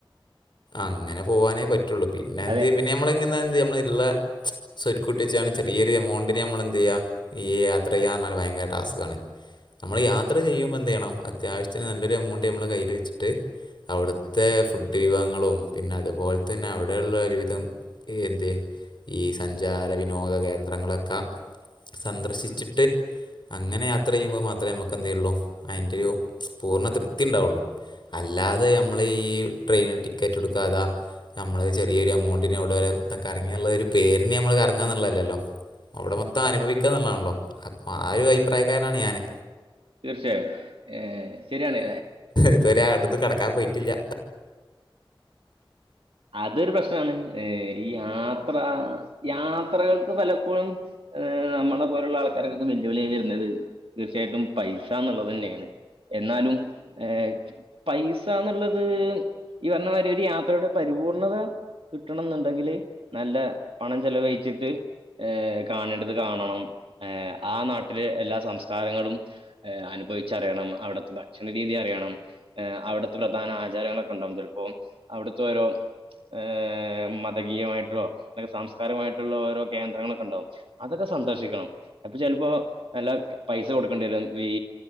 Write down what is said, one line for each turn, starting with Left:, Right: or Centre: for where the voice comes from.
Left: അങ്ങനെ പോവാനെ പ റ്റുള്ളു പിന്നെ എന്ത്
Right: അതെ
Left: പിന്നെ ഞമ്മള ഇങ്ങനെ എന്ത് ഞമ്മള്ള ഇള്ള സ്വരുകൂട്ടി വെച്ചാണ് ചെറിയൊരു എമൗണ്ടിന് ഞമ്മൾ എന്തിയ്യാ ഈ യാത്രയ്യാറഞ്ഞാൽ ഭയങ്കര ടാസ്കാണ് നമ്മൾ യാത്ര ചെയ്യുമ്പോ എന്തിയണ്ണം അത്യാവശ്യത്തിന് നല്ലൊരു എമൗണ്ട് നമ്മള കയ്യിൽ വച്ചിട്ട് അവ്‌ട്ത്തെ ഫുഡ് വിഭവങ്ങളും പിന്നെ അതുപോല്തന്നെ അവിടെള്ള ഒരുവിധം ഏന്തേ ഈ സഞ്ചാര വിനോദ കേന്ദ്രങ്ങളൊക്ക സന്ദർശിച്ചിട്ട് അങ്ങനെ യാത്രയ്യുമ്പോ മാത്ര നമ്മുക്ക് എത്തിയൊള്ളു അതിന്റെ ഒരു പൂർണ്ണ തൃപ്തി ഇണ്ടാവൊള്ളു അല്ലാതെ ഞമ്മള് ഈ ട്രെയ്ന് ടിക്കറ്റ് ഇടുക്കാതാ നമ്മളത് ചെറിയ ഒരു എമൗണ്ടിന് അവിട വരെ മൊത്തം കറങ്ങീന്ള്ള ഒരു പേരിന് ഞമ്മള് കറങ്ങാന്ന്ള്ളല്ലല്ലോ അവടെ മൊത്തം അനുഭവിക്കാന്ള്ള ആണല്ലോ അപ്പൊ ആ ഒരു അഭിപ്രായക്കാരനാണ് ഞാന്
Right: തീർച്ചയായും ഏഹ് ശരിയാണ്
Left: ഇത്‌വരെ അടുത്ത് കടക്കാ പോയ്റ്റില്ല
Right: അതൊരു പ്രശ്നാണ് ഏഹ് ഈ യാത്ര യാത്രകൾക്ക് പലപ്പോഴും ഏഹ് നമ്മള പോലുള്ള ആൾക്കാർക്കൊക്കെ വെല്ലുവിളിയായി വരുന്നത് തീർച്ചയായിട്ടും പൈസ ന്ന്ള്ളതന്നേൺ എന്നാലും ഏഹ് പൈസന്ന്ള്ളത് ഈ പറഞ്ഞമാരി ഒരു യാത്രയുടെ പരിപൂർണത കിട്ടണംന്ന്ണ്ടെങ്കില് നല്ല പണം ചെലവഴിച്ചിട്ട് ഏഹ് കാണേണ്ടത് കാണണം ഏഹ് ആ നാട്ടിലെ എല്ലാ സംസ്കാരങ്ങളും ഏഹ് അനുഭവിച്ചറിയണം അവിട്ത്തെ ഭക്ഷണ രീതി അറിയണം ഏഹ് അവ്ട്ത്ത പ്രധാന ആചാരങ്ങളൊക്കെ ഇണ്ടാവും ചെല് പ്പോം ത്തോരോം ഏഹ് മതകീയമായിട്ടോ ല്ലെങ്കി സാംസ്കാരമായിട്ടുള്ള ഓരോ കേന്ദ്രങ്ങളൊക്കെ ണ്ടാവും അതൊക്കെ സന്ദർശിക്കണം അപ്പൊ ചെൽപ്പോ നല്ല പൈസ കൊടുക്കണ്ടി വരും ഈ